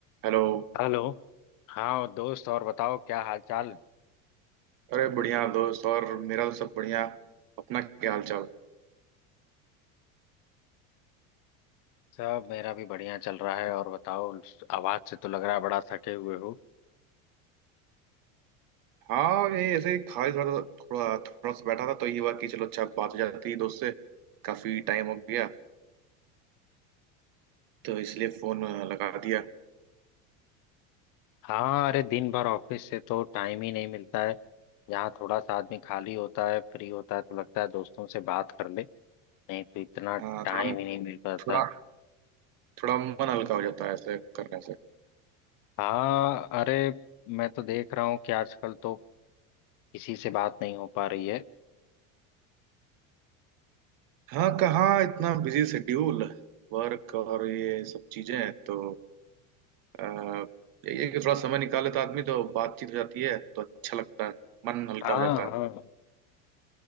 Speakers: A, on the right (about 55°); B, on the left (about 50°).
A: हेलो
B: Hello हाँ दोस्त और बताओ क्या हाल चाल
A: अरे बढ़िया दोस्त और मेरा तो सब बढ़िया अपना क्या हाल चाल
B: सब मेरा भी बढ़िया चल रहा है और बताओ आवाज से तो लग रहा है बड़ा थके हुए हो
A: हाँ ये ऐसे ही खाली थोड़ा थोड़ा थोड़ा सा बैठा था तो ये हुआ कि चलो अच्छा बात हो जाती है दोस्त से काफी टाइम हो गया तो इसलिए फोन लगा दिया
B: हाँ अरे दिन भर ऑफिस से तो टाइम ही नहीं मिलता है यहाँ थोड़ा सा आदमी खाली होता है फ्री होता है तो लगता है दोस्तों से बात कर ले नहीं तो इतना
A: हाँ
B: टाइम
A: थोड़ा
B: ही नहीं मिल पाता
A: थोड़ा
B: है
A: थोड़ा मन हल्का हो जाता है ऐसे करने से
B: हाँ अरे मैं तो देख रहा हूँ कि आजकल तो किसी से बात नहीं हो पा रही है
A: हाँ कहाँ इतना बिजी शेड्यूल वर्क और ये सब चीजें हैं, तो आ, यही है कि थोड़ा समय निकाल लेता आदमी तो बातचीत हो जाती है तो अच्छा लगता है मन हल्का
B: हाँ
A: हो जाता है
B: हाँ